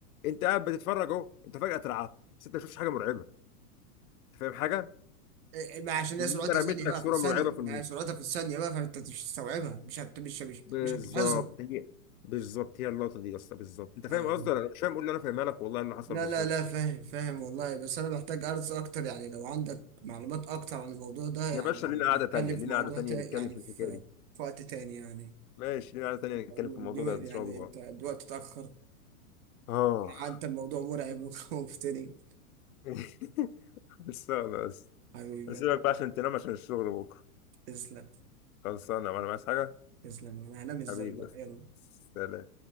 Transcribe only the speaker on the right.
إيه- إيه، ما عشان
هي سرعتها
ثانيه
بقى
في الثانيه
ما
هي سرعتها في الثانيه بقى فانت مش هتستوعبها مش هت... مش مش,
مش هتلاحظها
اه
لا
لا لا فاهم فاهم والله بس انا محتاج ارز اكتر يعني لو عندك معلومات اكتر عن الموضوع ده
يعني
نتكلم
في موضوع
تا...
يعني
في
في وقت تاني يعني
الموضوع-
يعني
انت الوقت اتاخر
حتى الموضوع مرعب <laughs> ومفتري
حبيبي
تسلم
تسلم انا هنام ازاي
بقى
يلا